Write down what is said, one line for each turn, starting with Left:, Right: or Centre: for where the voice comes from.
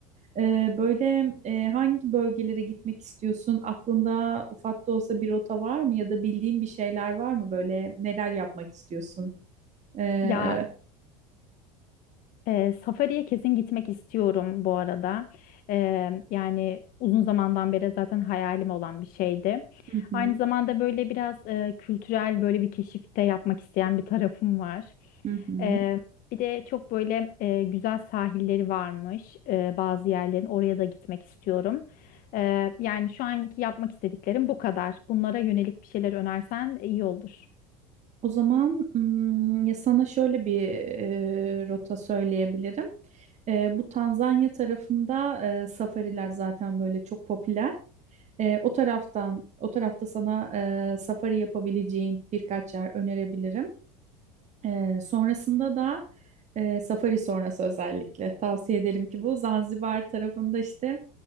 Right: E, böyle e, hangi bölgelere gitmek istiyorsun? Aklında ufak da olsa bir rota var mı? Ya da bildiğin bir şeyler var mı? Böyle neler yapmak istiyorsun? E,
Left: Ya Ee, Safari'ye kesin gitmek istiyorum bu arada. Ee, yani uzun zamandan beri zaten hayalim olan bir şeydi.
Right: Hı hı.
Left: Aynı zamanda böyle biraz e, kültürel böyle bir keşifte yapmak isteyen bir tarafım var.
Right: Hı hı.
Left: Ee, bir de çok böyle e, güzel sahilleri varmış e, bazı yerlerin. Oraya da gitmek istiyorum. Ee, yani şu anki yapmak istediklerim bu kadar. Bunlara yönelik bir şeyler önersen iyi olur.
Right: O zaman hmm, ya sana şöyle bir e, rota söyleyebilirim. E, bu Tanzanya tarafında e, safariler zaten böyle çok popüler. E, o taraftan, o tarafta sana e, safari yapabileceğin birkaç yer önerebilirim. Ee, sonrasında da e, safari sonrası özellikle tavsiye edelim ki bu Zanzibar tarafında işte